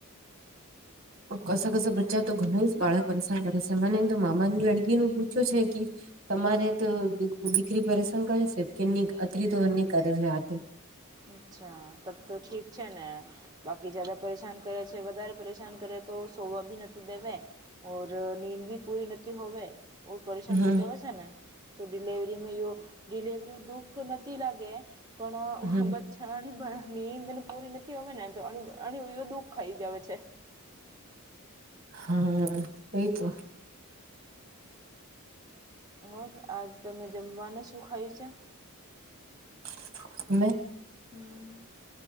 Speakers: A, on the right (about 40°); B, on the right (about 20°).
A: કસ કસ બચ્ચા તો ઘણી બાળક પરેશાન કરે છે, મને તો મામાની લડકી નું પૂછ્યું છે કે <unintelligible> તમારે તો દીકરી પરેશાન કરે છે કે ની અત્રી તો એની કરે છે હાથે
B: અચ્છા તબ તો ઠીક છે ને બાકી જદા પરેશાન કરે છે, વધારે પરેશાન કરે તો સોવા ભી નથી દેવે <unintelligible> ઓર નનીંદ ભી પૂરી નથી હોવેય ઓ પરેશાન
A: હમ
B: હો <unintelligible> જાવ છે, ને <unintelligible> તો ડીલેવરીમાં ડિલેવરી દુઃખ નથી લાગે પણ <unintelligible>
A: હમ
B: <unintelligible> નીંદને પૂરી નથી હો ને તો દુખ ખાઈ જ આવે છે
A: હા, એ તો
B: ઓર આજે તમે જમવાનું શું ખાયું છે,
A: <unintelligible>
B: હમ